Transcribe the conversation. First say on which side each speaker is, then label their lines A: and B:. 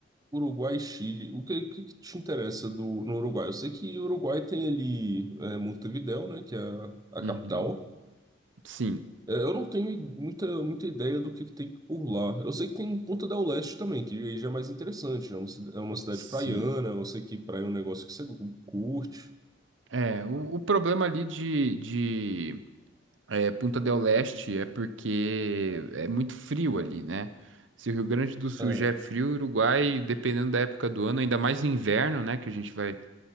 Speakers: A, on the right (about 20°); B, on the right (about 80°).
A: Uruguai, Chile. O que, que, que te interessa do, no Uruguai? Eu sei que o Uruguai tem ali é, Montevidéu, né? Que é a, a
B: Uhum.
A: capital.
B: Sim,
A: É, Eu não tenho i- muita, muita ideia do que, que tem por lá. Eu sei que tem Ponta del Este também, que aí já é mais interessante. né? É uma, cida- é uma cidade
B: sim.
A: praiana, eu sei que praia é um negócio que você cu- curte.
B: É, o, o problema ali de, de é, Punta del Este é porque é muito frio ali, né? Se o Rio Grande do Sul
A: É,
B: já é frio, o Uruguai, dependendo da época do ano, ainda mais no inverno, né? Que a gente vai,